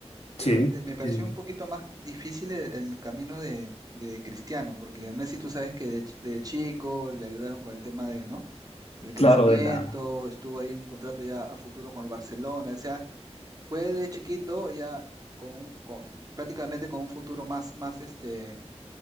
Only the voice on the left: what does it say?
sí,
sí, sí.
Claro, de la,